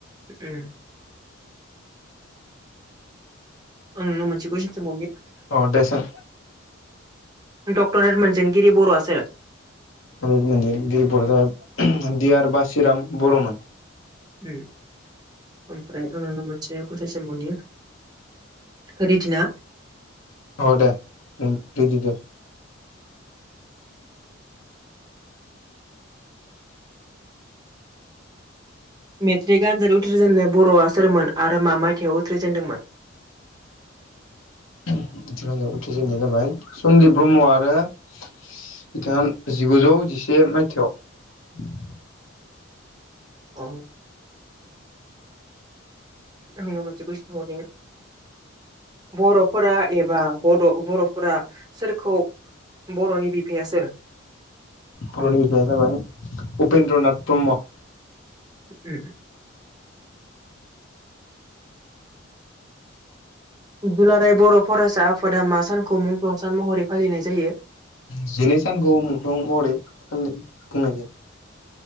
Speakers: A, on the right (about 20°); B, on the left (about 80°).
A: उम आं नोंनाव मोनसे कुयसन सोंबावनि।
B: अ द सों।
A: डक्टरेट मोनजेनगिरि बर आ सोर?
B: ओ मोजेनगिरि बर आ जाबाय दि यार बासिराम बरमोन।
A: उम ओमफ्राय आं मोनसे कुयसन सोंबावनि। हारिदिना
B: औ दे उम रेदि दे
A: मेट्रिक आनजाद उथ्रिजेननाय बरआ सोरमोन आरो मा मायथाइयाव उथ्रिजेनदोंमोन?
B: <inaudible> मेट्रीक आनजाद उथ्रिजेननाय जाबाय सनदिप ब्रह्म आरो बिथाङा जिगुजौ जिसे मायथायाव।
A: आ आङो मोनसे कुयसन सोंबावनि। बरफोरा एबा बड बरफोरा सोरखौ बर'नि बिफाया सोर
B: बरनि बिफाया जाबाय उप उपेन्द्रनाथ ब्रह्म।
A: उम दुलाराय बर फरायसा आफादा मा सानखौ मुंख्लं सान महरै फालिनाय जायो।
B: जिनै सानखौ मुंख्लं महरै फालि बुंनाय जायो।